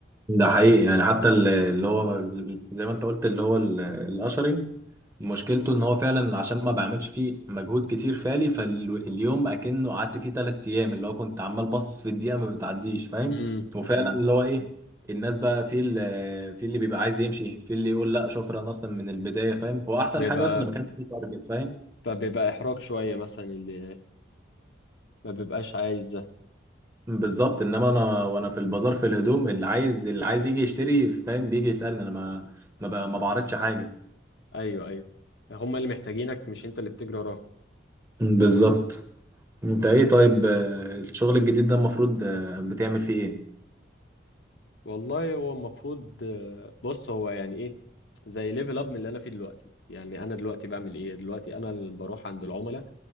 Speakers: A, on the right (about 15°); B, on the left (about 65°).
A: ده حقيقي يعني حتى ال- اللي هو زي ما انت قلت اللي هو الاشرنج مشكلته ان هو فعلا عشان ما بعملش فيه مجهود كتير فعلي فاليوم اكنه قعدت فيه ثلاث ايام اللي هو كنت عمال باصص في الدقيقه ما بتعديش فاهم
B: امم
A: وفعلا
B: امم
A: اللي هو ايه الناس بقى في اللي في اللي بيبقى عايز يمشي في اللي يقول لا شكرا اصلا من البدايه فاهم هو احسن
B: بيبقى
A: حاجه بس ان ما كانش فيه تارجت فاهم
B: فبيبقى احراج شويه مثلا اللي ما بيبقاش عايز ده
A: بالظبط انما انا وانا في البازار في الهدوم اللي عايز اللي عايز يجي يشتري فاهم بيجي يسالني انا ما ما بقى ما بعرضش حاجه
B: ايوه ايوه هما اللي محتاجينك مش انت اللي بتجري وراهم
A: بالظبط انت ايه طيب آه، الشغل الجديد ده المفروض آه، بتعمل فيه ايه
B: والله هو المفروض آه، بص هو يعني ايه زي ليفل اب من اللي انا فيه دلوقتي يعني انا دلوقتي بعمل ايه دلوقتي انا اللي بروح عند العملاء